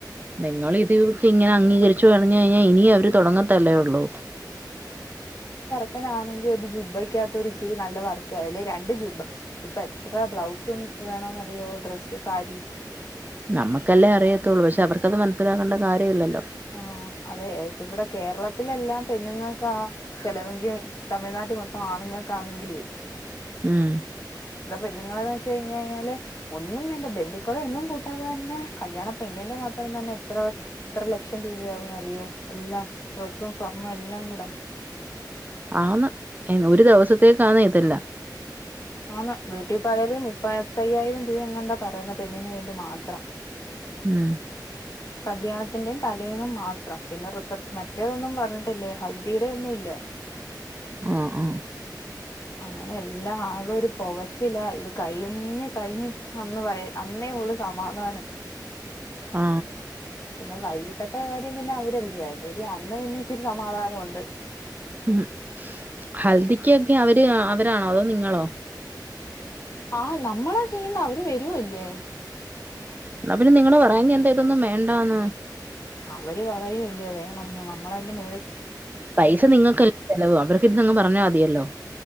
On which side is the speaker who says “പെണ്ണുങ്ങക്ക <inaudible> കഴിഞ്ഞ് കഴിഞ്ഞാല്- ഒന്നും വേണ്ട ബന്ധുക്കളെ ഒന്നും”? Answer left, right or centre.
Left